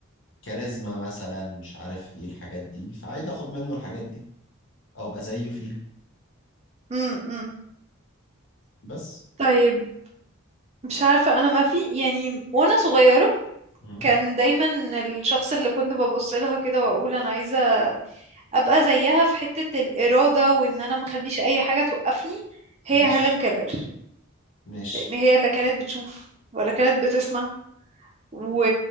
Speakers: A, on the left; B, on the right.
A: كاريزما مثلا مش عارف إيه الحاجات دي فعايز آخد منه الحاجات دي او ابقى زيه فيها
B: امم
A: بس
B: طيب مش عارفة انا ما في يعني وانا صغيرة
A: مم.
B: كان دايما الشخص اللي كنت ببص لها كده واقول انا عايزة ابقى زيها في حتة الإرادة وان انا ما اخليش اي حاجة توقفني هي
A: ماشي
B: هيلين كيلر
A: ماشي
B: لان هي لا كانت بتشوف ولا كانت بتسمع و...